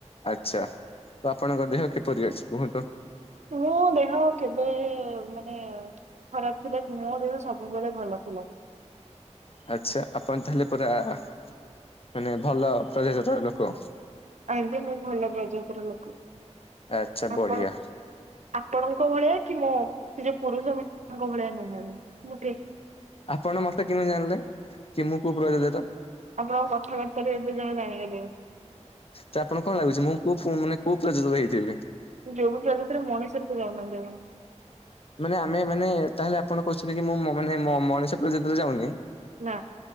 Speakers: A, on the left; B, on the right.
A: ଆଛା ତ ଆପଣଙ୍କ ଦେହ କିପରି ଅଛି କୁହନ୍ତୁ?
B: ମୁଁ ଦେହ କେବେ ମାନେ ଖରାପ ଥିଲା ମୋ ଦେହ ସବୁବେଳେ ଭଲ ଥିଲା।
A: ଆଛା ଆପଣ ତାହେଲେ ପୁରା ମାନେ ଭଲ ପ୍ରଜାତିର ଲୋକ।
B: ଆଜ୍ଞା ମୁଁ ଭଲ ପ୍ରଜାତିର ଲୋକ
A: ଆଚ୍ଛା ବଢିଆ
B: ଆପଣ। ଆପଣଙ୍କ ଭଳିଆ କି ମୋ ସେ ଯୋଉ ପୁରୁଷ ମାନଙ୍କ ଭଳିଆ ନୁହ ମୁ ମୁଁ ଠିକ।
A: ଆପଣ ମତେ କେମିତି ଜାଣିଲେ କି ମୁଁ କୋଉ ପ୍ରଜାତିର।
B: ଆପଣଙ୍କ କଥାବାର୍ତ୍ତାରେ ଏବେ ଯାହା ଜାଣିପାରିବ।
A: ତ ଆପଣ କଣ ଲାଗୁଛି ମୁଁ କୋଉ ମାନେ କୋଉ ପ୍ରଜାତିର ହେଇଥିବି।
B: ଯୋଉ ପ୍ରଜାତିର ମଣିଷ ରେ ତ ଯାଉନାହନ୍ତି ଆପଣ।
A: ମାନେ ଆମେ ମାନେ ତାହେଲେ ଆପଣ କହୁଛନ୍ତି କି ମୁଁ ମାନେ ମଣିଷ ପ୍ରଜାତିରେ ଯାଉନି।
B: ନା